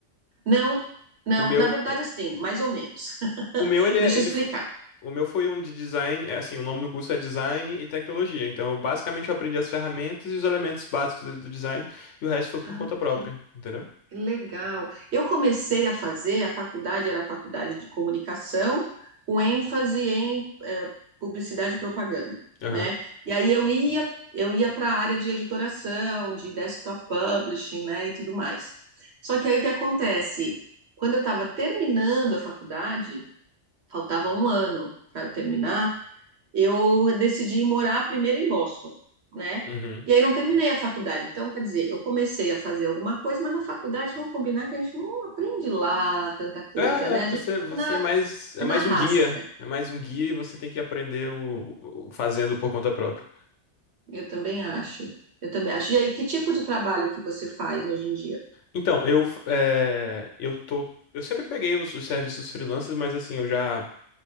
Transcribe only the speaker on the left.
O meu,
o,
o meu ele é,
ele,
fo- o meu foi um de design, é assim, o nome do curso é design e tecnologia. Então, eu, basicamente eu aprendi as ferramentas e os elementos básicos ali do design e o resto foi por
conta própria,
entendeu?
Aham.
Uhum.
É, é,
você, você
é mais, é
mais
um guia.
É mais um guia e você tem que aprender o, o- fazendo por conta própria.
Então, eu, é, eu tô, eu sempre peguei os, os serviços freelancers, mas assim, eu já